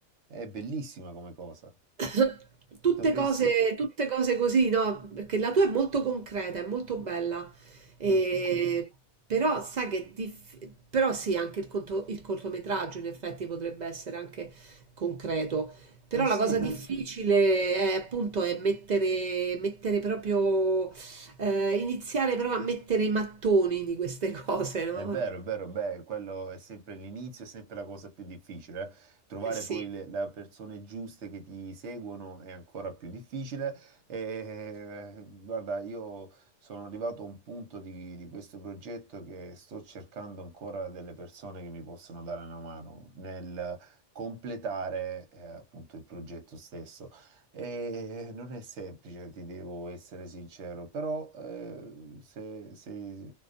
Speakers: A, on the right (about 70°); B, on the right (about 55°).
A: è bellissima come cosa.
B: <coughs> Tutte
A: Dovresti...
B: cose, tutte cose così, no? Perché la tua è molto concreta, è molto bella. E-
A: mm,
B: Però sai che è diff- però sì, anche il, conto- il cortometraggio in effetti potrebbe essere anche concreto. Però
A: Eh sì.
B: la cosa Mm. difficile è appunto è mettere, mettere proprio, eh, iniziare proprio a mettere i mattoni di queste <laughs> cose, no?
A: È vero, è vero, beh, quello è sempre l'inizio, è sempre la cosa più difficile. eh. Trovare
B: Eh sì.
A: poi le, le persone giuste che ti seguono è ancora più difficile. E, guarda, io sono arrivato a un punto di, di questo progetto che sto cercando ancora delle persone che mi possono dare una mano nel completare, eh, appunto il progetto stesso. E non è semplice, ti devo essere sincero, però eh, se, se